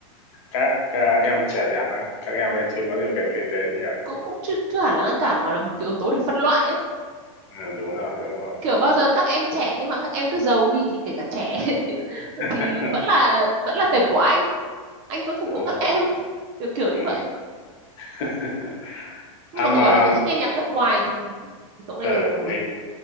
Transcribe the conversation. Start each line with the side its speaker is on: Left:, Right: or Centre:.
Left: các à, em trẻ đẹp á. Các em ấy chưa có điều kiện kinh tế nhiều.
Right: cũng cũng chưa, chưa hẳn là ngăn cản mà là một cái yếu tố để phân loại á
Left: Ừ, đúng rồi, đúng rồi.
Right: kiểu bao giờ các em trẻ nhưng mà các em cứ giàu đi thì kể cả trẻ
Left: <laughs>
Right: <laughs> thì vẫn là vẫn là tệp của anh anh vẫn phục
Left: Đúng
Right: vụ các
Left: rồi.
Right: em kiểu kiểu như
Left: Ừ.
Right: vậy
Left: <laughs>
Right: nhưng
Left: À
Right: mà
Left: mà
Right: cậu bảo là cậu thích nghe nhạc nước ngoài thì, thì cậu
Left: ở
Right: nghe nhạc bằng
Left: mình
Right: gì